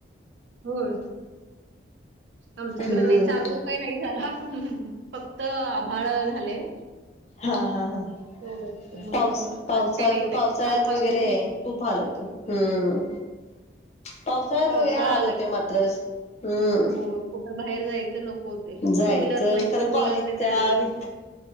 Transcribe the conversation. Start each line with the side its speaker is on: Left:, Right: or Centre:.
Right: होर आमच्याकडे
Left: हम्म
Right: नाही चालू काही नाही झाला फक्त आभाळ झाले
Left: हा हा हा
Right: तेवढच मग
Left: पाऊस पावसात
Right: आज काय नाहीत आहे
Left: पावसाळ्यात
Right: कालपसून
Left: वगैरे
Right: नाही
Left: खूप हाल होत हम्म पावसाळ्यात
Right: पावसाळा
Left: वगैरे हाल
Right: आला
Left: होते
Right: की
Left: मात्रच हम्
Right: हो कुठं बाहेर जायचं नको होते
Left: जायचं
Right: टू व्हीलर नाही
Left: खर
Right: फोर व्हीलर
Left: कॉलेजच्या
Right: नाही जायला लागते
Left: वि